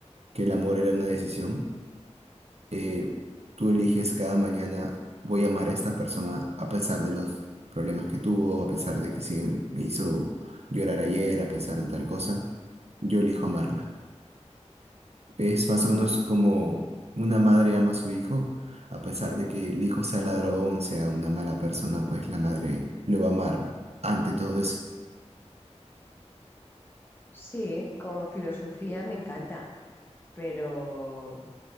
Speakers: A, on the right (about 65°); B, on the left (about 20°).
A: que el amor era una decisión. Eh, tú eliges cada mañana, voy a amar a esta persona a pesar de los problemas que tuvo, a pesar de que sí me hizo llorar ayer, a pesar de tal cosa. Yo elijo amarla. Es más
B: Ujú.
A: o menos como una madre ama a su hijo, a pesar de que el hijo sea ladrón, sea una mala persona, pues la madre lo va a amar ante todo eso.
B: Sí, como filosofía me encanta, pero